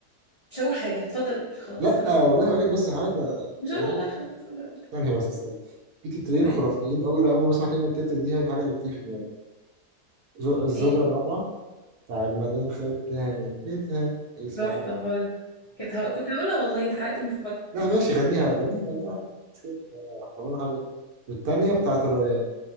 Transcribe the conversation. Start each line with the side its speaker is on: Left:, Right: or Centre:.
Left: مش هقول حاجة اتفضل قول خلاص
Right: لا
Left: خلصت
Right: آه والله أقول لك بس حاجة
Left: مش
Right: والله
Left: هقول والله
Right: حاجة.
Left: خلاص اتفضل قول
Right: ثانية بس ثانية في تترين
Left: ما-
Right: خرافيين أوي لا أول ما بسمع كلمة تتر دي هي الحاجة اللي بتيجي في دماغي زو- الزوجة
Left: ايه
Right: الرابعة بتاع المدام خدتها من بيتها اسمها
Left: تحفة برضه كنت هقول كنت هقولها والله انت حرقت المفاجأة
Right: لا
Left: ماشي
Right: ماشي غنيها غنيها غنيها عادي مش كده آه، ولا حاجة والتانية بتاعت الريان